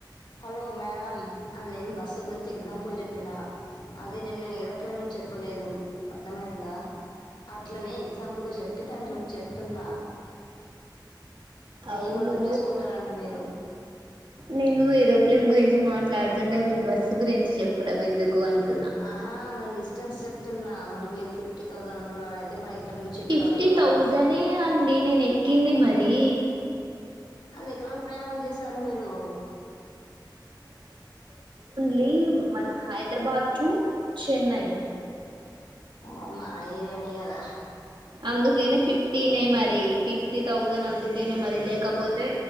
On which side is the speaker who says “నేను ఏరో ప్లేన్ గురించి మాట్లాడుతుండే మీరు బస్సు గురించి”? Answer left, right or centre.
Right